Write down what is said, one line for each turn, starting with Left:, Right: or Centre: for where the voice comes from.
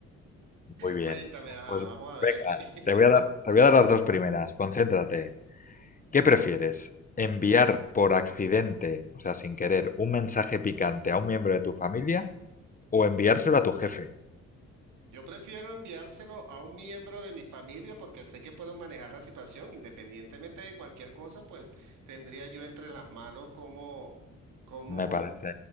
Left: Muy bien.
Right: Cuéntame, ajá,
Left: Pues
Right: vamos a ver
Left: venga,
Right: aquí. <laughs>
Left: te voy a dar, te voy a dar las dos primeras. Concéntrate. ¿Qué prefieres? ¿Enviar por accidente, o sea, sin querer, un mensaje picante a un miembro de tu familia o enviárselo a tu jefe?
Right: Yo prefiero enviárselo a un miembro de mi familia porque sé que puedo manejar la situación. Independientemente de cualquier cosa, pues tendría yo entre las manos cómo, cómo,
Left: Me parece,